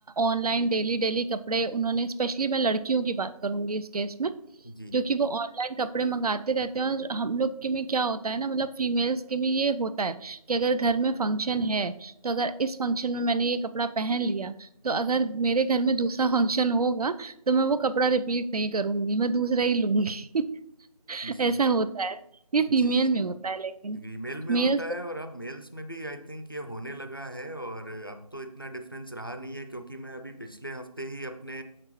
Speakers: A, on the right; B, on the left.
A: ऑनलाइन डेली डेली कपड़े उन्होंने स्पेशली मैं लड़कियों की बात करूंगी इस केस में
B: जी
A: क्योंकि वो ऑनलाइन कपड़े मंगाते रहते हैं और हम लोग के में क्या होता है ना मतलब फीमेल्स के में ये होता है कि अगर घर में फंक्शन है तो अगर इस फंक्शन में मैंने ये कपड़ा पहन लिया तो अगर मेरे घर में दूसरा <laughs> फंक्शन होगा तो मैं वो कपड़ा रिपीट नहीं करूंगी मैं दूसरा ही लूंगी <laughs>
B: जी
A: ऐसा होता है ये
B: जी
A: फीमेल में होता है लेकिन
B: ईमेल में
A: मेल्स
B: होता है और अब मेल्स में भी आई थिंक ये होने लगा है और अब तो इतना डिफरेंस रहा नहीं है क्योंकि मैं अभी पिछले हफ्ते ही अपने